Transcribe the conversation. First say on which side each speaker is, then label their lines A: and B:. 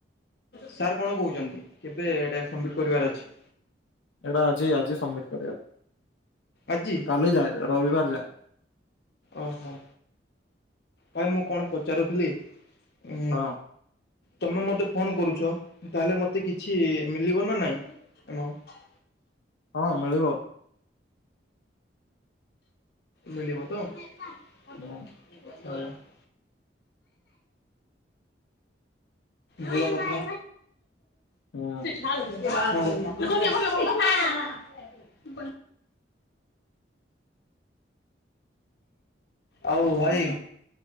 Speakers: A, on the left (about 60°); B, on the left (about 90°).
A: ସାର୍ କଣ କହୁଛନ୍ତି କେବେ ଏଟା ସମ୍ଵିଟ୍ ପରିବାର ଅଛି?
B: ଏଇଟା ଆଜି ଆଜି ସବମିଟ୍ କରିବା
A: ଆଜି?
B: କାଲି ଯାଏ ରବିବାର ଯାଏ
A: ଓହୋ। ଭାଇ ମୁଁ କଣ ପଚାରୁଥିଲି? ଉଁ
B: ହଁ।
A: ତମେ ମତେ ଫୋନ କରୁଛ ତାହେଲେ ମତେ କିଛି ମିଳିବ ନା ନାଇଁ ଏମାଓନ୍ଟ
B: ହଁ ମିଳିବ।
A: ମିଳିବ ତ? ଆ <unintelligible>
B: ହୁଁ
A: ଭଲ କଥା
B: ହୁଁ
A: <unintelligible> <unintelligible> ସେ <unintelligible> ଆଉ ଭାଇ